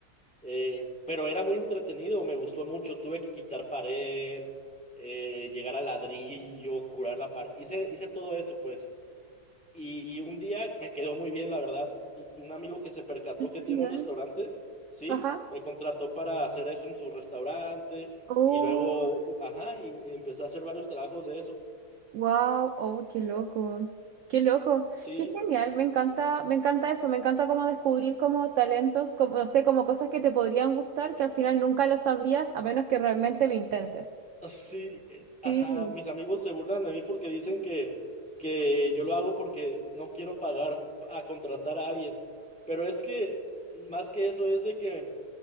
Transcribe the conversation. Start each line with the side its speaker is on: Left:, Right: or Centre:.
Centre: Eh, pero era muy entretenido, me gustó mucho. Tuve que quitar pared, eh, llegar al ladrillo, curar la pared. Hice, hice todo eso, pues. Y un día me quedó muy bien, la verdad. Y un amigo que se percató
Right: qué genial.
Centre: que tiene un restaurante, ¿sí?
Right: Ajá.
Centre: Me contrató para hacer eso en su restaurante.
Right: Oh,
Centre: Y luego, ajá, y empecé a hacer varios trabajos de eso.
Right: Wow, oh, qué loco. Qué loco.
Centre: Sí,
Right: Qué genial. Me encanta, me encanta eso. Me encanta como descubrir como talentos, como, no sé, como cosas que te podrían gustar que al final nunca lo sabrías a menos que realmente lo intentes.
Centre: sí, eh,
Right: Sí.
Centre: ajá. Mis amigos se burlan de mí porque dicen que, que yo lo hago porque no quiero pagar a contratar a alguien. Pero es que, más que eso, es de que